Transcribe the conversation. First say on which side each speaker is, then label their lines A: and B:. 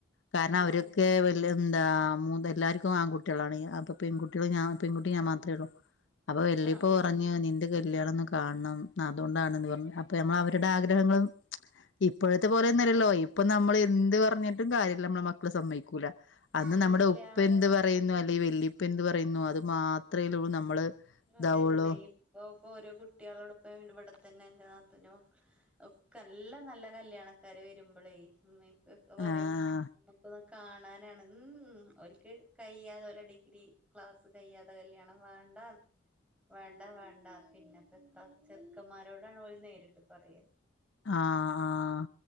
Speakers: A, on the left; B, in the centre.
A: കാരണം
B: ആഹ്
A: അവരൊക്കെ വല്യ ന്താ മൂതൽ എല്ലാര്ക്കും ആൺകുട്ടിയാളാണയ് അപ്പ പെൺകുട്ടികള് ഞാ പെൺകുട്ടി ഞാൻ മാത്രേ ഉള്ളൂ അപ്പൊ വല്ലിപ്പ
B: ആഹ്
A: പറഞ്
B: ആഹ്
A: നിന്റെക് കല്യാണംന്ന് കാൺണം അതോണ്ടാണന്ന് പറഞ്ഞു അപ്പൊ നമ്മള് അവരുടെ ആഗ്രഹങ്ങളും ഇപ്പോഴത്തെ പോലെന്നല്ലല്ലോ
B: അതന്നെ
A: ഇപ്പൊ നമ്മള് എന്ത് പറഞ്ഞിട്ടും കാര്യല്ല മ്മളെ മക്കള് സമ്മയിക്കൂല അന്ന്
B: ഇല്ല
A: നമ്മുടെ ഉപ്പ എന്ത്
B: ഉം
A: പറയുന്നു അല്ലെങ്കി വല്ലിപ്പ എന്ത് പറയുന്നു അത് മാത്രയല്ലെള്ളൂ നമ്മള്
B: ഉം അതന്നെ
A: ഇതാവുള്ളൂ
B: ഇപ്പൊ ഇപ്പൊ ഓരോ കുട്ടികളോട്പ്പ ഇന്റെ ഇവിടെത്തന്നെ എന്റെ നാത്തൂന്റെ മക്കള് ഒക്കെ നല്ല നല്ല കല്യാണക്കാര് വരുമ്പളേയ് ഉമ്മി ഇപ്പക്കൊ പറയും
A: ആഹ്
B: നമ്മുക്ക് കാണാനാണ് ഉം ഉം ഓൽക്ക് കയ്യാതെ ഓലെ ഡിഗ്രി ക്ലാസ് കയ്യാതെ കല്ല്യാണം വേണ്ടാന്ന് വേണ്ട വേണ്ട പിന്നെപ്പത്താ ചെറുക്കന്മാരോടാണ് ഓല് നേരിട്ട് പറയ
A: ആഹ് ആഹ്